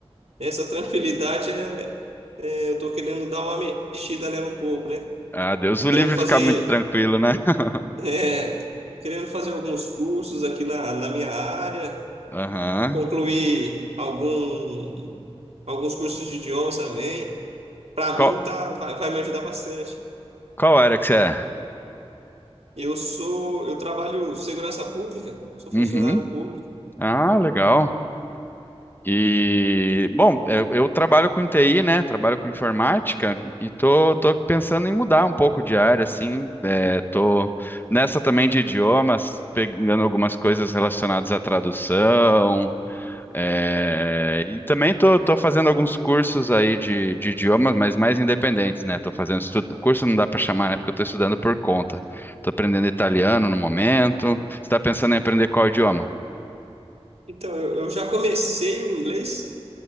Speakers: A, on the right; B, on the left.
A: essa tranquilidade é, é, eu estou querendo dar uma mexida nela um pouco, né?
B: Ah, Deus o
A: Querendo
B: livre
A: fazer,
B: ficar muito tranquilo, né? <laughs>
A: é, querendo fazer alguns cursos aqui na, na minha área,
B: Aham.
A: concluir algum, alguns cursos de idiomas também. Para
B: Qual,
A: mim tá, vai, vai me ajudar bastante.
B: qual área que você é?
A: Eu sou, eu trabalho segurança pública, sou
B: Uhum.
A: funcionário público.
B: Ah, legal. E, bom, eu, eu trabalho com TI, né? Trabalho com informática e tô, tô pensando em mudar um pouco de área, assim. É, tô nessa também de idiomas, pegando algumas coisas relacionadas à tradução. é, e também tô, tô fazendo alguns cursos aí de, de idiomas, mas mais independentes, né? Tô fazendo estudo, curso não dá para chamar, né? Porque eu tô estudando por conta. Tô aprendendo italiano no momento. Você tá pensando em aprender qual idioma?
A: Então, eu, eu já comecei o inglês